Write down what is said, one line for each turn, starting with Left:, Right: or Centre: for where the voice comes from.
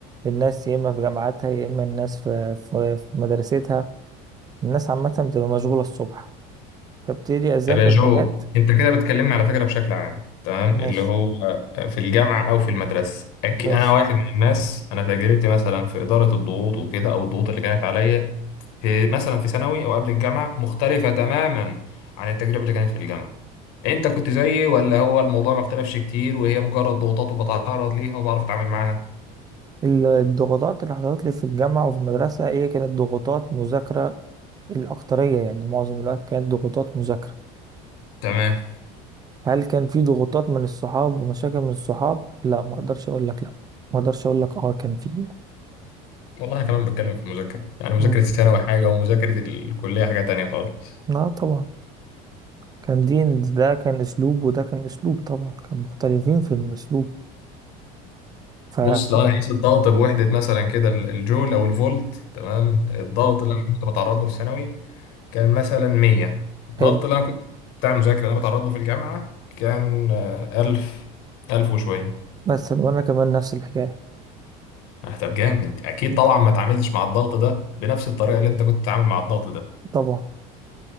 Right: الناس يا اما في جامعاتها يا اما الناس في في, في مدرستها الناس عامه بتبقى مشغوله الصبح فابتدي اذاكر
Left: طب يا جو
Right: حاجات
Left: انت كده بتكلمني على فكره بشكل عام تمام
Right: ماشي
Left: اللي هو في الجامعه او في المدرسه أكي
Right: ماشي
Left: انا واحد من الناس انا تجربتي مثلا في اداره الضغوط وكده او الضغوط اللي كانت عليا في مثلا في ثانوي او قبل الجامعه مختلفه تماما عن التجربه اللي كانت في الجامعه انت كنت زيي ولا هو الموضوع ما اختلفش كتير وهي مجرد ضغوطات وبتعرض ليها وبعرف اتعامل معاها
Right: ال- الضغوطات اللي حصلت لي في الجامعه وفي المدرسه هي كانت ضغوطات مذاكره الاكتريه يعني معظم الوقت كانت ضغوطات مذاكره
Left: تمام
Right: هل كان في ضغوطات من الصحاب ومشاكل من الصحاب لا ما اقدرش اقول لك لا ما اقدرش اقول لك اه كان في
Left: والله انا كمان بتكلم في المذاكره يعني مذاكره
Right: مم.
Left: الثانوي حاجه ومذاكره الكليه حاجه تانية خالص
Right: لا طبعا كان دين ده كان اسلوب وده كان اسلوب طبعا كان مختلفين في الاسلوب فحلو
Left: بص لو انا قيس الضغط بوحده مثلا كده ال- الجول او الفولت تمام الضغط اللي انا كنت بتعرض له في ثانوي كان مثلا 100 الضغط
Right: حلو
Left: اللي انا كنت بتاع المذاكره اللي انا بتعرض له في الجامعه كان آه، 1000 1000 وشويه
Right: مثلا وانا كمان نفس الحكايه
Left: آه، طب جامد اكيد
Right: مم.
Left: طبعا ما اتعاملتش مع الضغط ده بنفس الطريقه اللي انت كنت بتتعامل مع الضغط ده
Right: طبعا